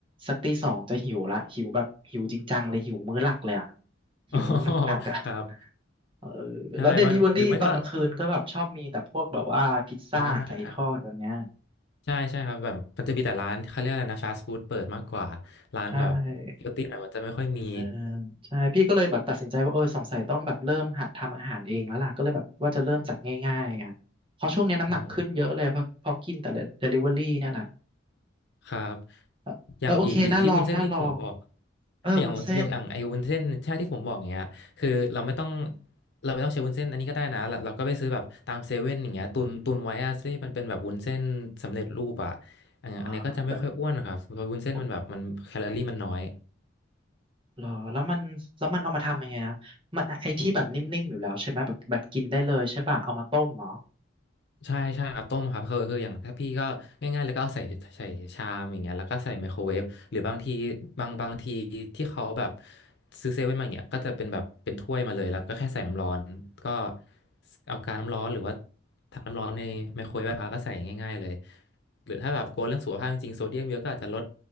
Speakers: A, on the right; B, on the left.
A: สักตีสองจะหิวละหิวแบบหิวจริงจังเลยหิวมื้อหลักเลยอ่ะ
B: <laughs>
A: หิวหนักๆอ่ะ
B: อ๋อครับ
A: เออ
B: ใช่บางหรือไม่ก็
A: แล้วเดลิเวอรี่ตอนกลางคืนก็แบบชอบมีแต่พวกแบบว่าพิซซ่าไก่ทอดแบบเนี้ย
B: อ่า ใช่ใช่ครับแบบมันจะมีแต่ร้านเขาเรียกอะไรนะฟาสต์ฟู้ดเปิดมากกว่าร้านแบบเฮลตี้หน่อยมันจะไม่ค่อยมี
A: ใช่เออใช่พี่ก็เลยแบบตัดสินใจว่าเออสงสัยต้องแบบเริ่มหัดทำอาหารเองแล้วล่ะก็เลยแบบว่าจะเริ่มจากง่ายๆไงเพราะช่วงเนี้ยน้ำหนักขึ้นเยอะเลยเพราะเพราะกินแต่เดลิเวอรี่เนี่ยแหละ
B: อ๋อครับ
A: เออเออโอเคน่าลองน่าลอง
B: อย่างอีกอีกที่วุ้นเส้นที่ผมบอก
A: เออวุ้นเส้น
B: อย่างอย่างอย่างไอ้วุ้นเส้นใช่ที่ผมบอกเนี้ยคือเราไม่ต้องเราไม่ต้องใช้วุ้นเส้นอันนี้ก็ได้นะเราเราก็ไปซื้อแบบตามเซเว่นอย่างเงี้ยตุนตุนไว้อะซึ่งมันเป็นแบบวุ้นเส้นสำเร็จรูปอะอันอันเนี้ยก็จะไม่ค่อยอ้วนครับเพราะวุ้นเส้นมันแบบมันแคลอรี่มันน้อย
A: อ่าแบบโอหรอแล้วมันแล้วมันเอามาทำยังไงนะมันไอที่แบบนิ่มๆอยู่แล้วใช่ไหมแบบแบบกินได้เลยใช่ป่ะเอามาต้มเหรอ
B: ใช่ใช่เอาต้มครับคือคืออย่างถ้าพี่ก็ง่ายๆแล้วก็เอาใส่ใส่ชามอย่างเงี้ยแล้วก็ใส่ไมโครเวฟหรือบางทีบางบางทีที่เขาแบบซื้อเซเว่นมาอย่างเงี้ยก็จะเป็นแบบเป็นถ้วยมาเลยแล้วก็แค่ใส่น้ำร้อนก็เอากาน้ำร้อนหรือว่าทำน้ำร้อนในไมโครเวฟอะครับก็ใส่ง่ายๆเลยหรือถ้าแบบกลัวเรื่องสุขภาพจริงๆโซเดียมเยอะก็อาจจะลด